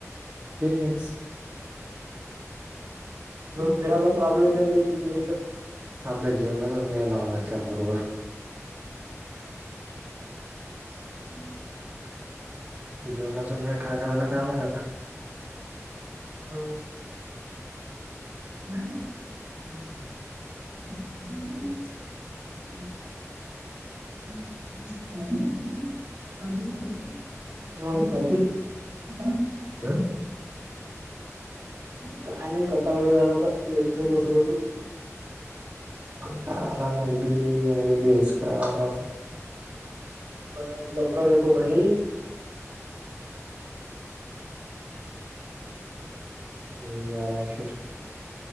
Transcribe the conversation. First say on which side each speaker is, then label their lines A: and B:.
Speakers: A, on the right; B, on the right.
A: तेच.
B: <unintelligible> फिराचा प्रॉब्लेमं.
A: आपल्या जीवनातच मे लावा लागत बरोबर
B: हम्म
A: जेवणाच मेळ काय करायच का माह होता.
B: हो <unintelligible>
A: हम् हम्
B: हो
A: <unintelligible>
B: <unintelligible>
A: हं <unintelligible>
B: काय नाही कटव वर लच बसू बसू.
A: <unintelligible>
B: म लवकर येतो घरी.
A: हो्यााररामशे.